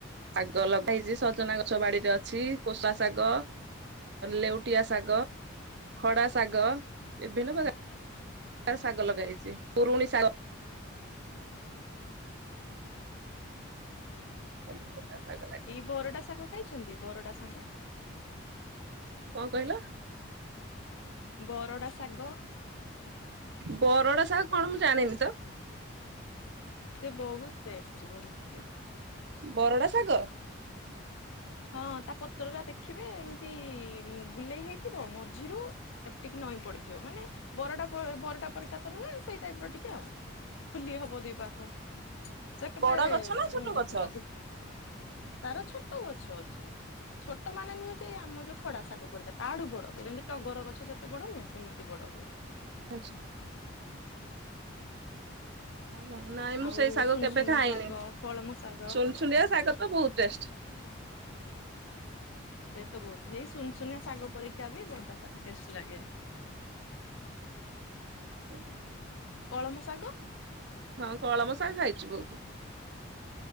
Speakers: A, on the right (about 55°); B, on the left (about 70°).
A: ଶାଗ ଲଗା ହେଇଛି ସଜନା ଗଛ ବାଡିରେ ଅଛି କୋଷା ଶାଗ। ଲେଉଟିଆ ଶାଗ, ଖଡା ଶାଗ ବିଭିନ୍ନ ପ୍ରକାର ର ଶାଗ ଲଗା ହେଇଛି ପୁରୁଣି ଶାଗ ସବୁ ପ୍ରକାର ଶାଗ ଲାଗ୍
B: ଏଇ ବରଡା ଶାଗ ଖାଇଛନ୍ତି ବରଡା ସାଗ
A: କଣ କହିଲ?
B: ବରଡ଼ା ଶାଗ
A: ବରଡା ସାଗ କଣ ମୁଁ ଜାଣିନି ତ
B: ସେ ବହୁତ ଟେଷ୍ଟ ବହୁତ ଟେଷ୍ଟ
A: ବରଡ଼ା ଶାଗ?
B: ହଁ ତା ପତ୍ର ଟା ଦେଖିବେ ଏମିତି ଗୁଲେଇ ହେଇଥିବ ମଝିରୁ ଏପ୍ଟିକି ନଈଁ ପଡିଥିବ ମାନେ ବରଡ଼ା ବ ବରଡ଼ା ପରୀକା ତ ନୁହେଁ ସେଇ ଟାଇପ୍ ର ଟିକେ ଆଉ। ଖୁଲି ହବ ଦି ପାଖ ସେ କେବେଁ
A: ବଡ ଗଛ ନା
B: ମୁଁ
A: ଛୋଟ ଗଛ?
B: ଯଦି ତାର ଛୋଟ ଗଛ ଅଛି। ଛୋଟ ମାନେ ନୁହେଁ ଯେ ଏଇ ଆମ ଯୋଉ ଖଡା ଶାଗ ପରିକା ତାଠୁ ବଡ଼ ଯେମିତି ଟଗର ଗଛ ଯେମ୍ ବଡ଼ ନୁହେଁ ସେମତି ବଡ଼ ହୁଏ।
A: ଆଛା। ହ ହ ନାଇଁ ମୁଁ
B: ଆଉ
A: ସେଇ ଶାଗ
B: ସୁନସୁନିଆ
A: କେବେ ଖାଇନି
B: ଶାଗ କଳମ ଶାଗ
A: ସୁନ୍ସୁନିଆ ଶାଗ ତ ବହୁତ ଟେଷ୍ଟ।
B: ସେ ତ ବହୁତ ହେଇ ସୁନସୁୁନିଆ ଶାଗ ପରୀକା ବି ବରଡା ଶାଗ ଟେଷ୍ଟ ଲାଗେ।
A: ହୁଁ।
B: କଳମ ଶାଗ?
A: ହଁ କଳମ ସାଗ ଖାଇଛି ବହୁତ୍।